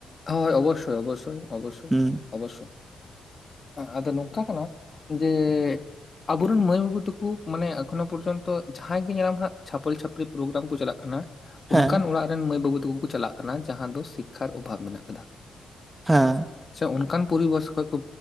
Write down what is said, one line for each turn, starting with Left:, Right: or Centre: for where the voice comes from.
Left: ᱦᱳᱭ ᱚᱵᱚᱥᱥᱚᱭ ᱚᱵᱚᱥᱥᱚᱭ ᱚᱵᱚᱥᱥᱚᱭ
Right: ᱦᱩᱸ
Left: ᱚᱵᱚᱥᱥᱚᱭ ᱟᱫᱚ ᱱᱚᱝᱠᱟ ᱠᱟᱱᱟ ᱡᱮ ᱟᱵᱚᱨᱮᱱ ᱢᱟᱹᱭ ᱵᱟᱹᱵᱩ ᱛᱟᱠᱚ ᱢᱟᱱᱮ ᱮᱠᱷᱚᱱᱳ ᱯᱚᱨᱡᱚᱱᱛᱚ ᱡᱟᱦᱟᱸᱭ ᱜᱮ ᱧᱮᱞᱟᱢ ᱦᱟᱸᱜ ᱪᱷᱟᱯᱚᱞ ᱪᱷᱟᱹᱯᱞᱤ ᱯᱨᱳᱜᱨᱟᱢ ᱠᱚ ᱪᱟᱞᱟᱜ ᱠᱟᱱᱟ ᱾
Right: ᱦᱮᱸ
Left: ᱚᱱᱠᱟᱱ ᱚᱲᱟᱜ ᱨᱮᱱ ᱢᱟᱹᱭ ᱵᱟᱹᱵᱩ ᱛᱟᱠᱚ ᱠᱚ ᱪᱟᱞᱟᱜ ᱠᱟᱱᱟ ᱡᱟᱦᱟᱸ ᱫᱚ ᱥᱤᱠᱟᱨ ᱚᱵᱷᱟᱵᱽ ᱢᱮᱱᱟᱜ ᱠᱟᱫᱟ᱾
Right: ᱦᱮᱸ
Left: ᱥᱮ ᱚᱱᱠᱟᱱ ᱯᱚᱨᱤᱵᱚᱥ ᱠᱷᱚᱡ ᱠᱚ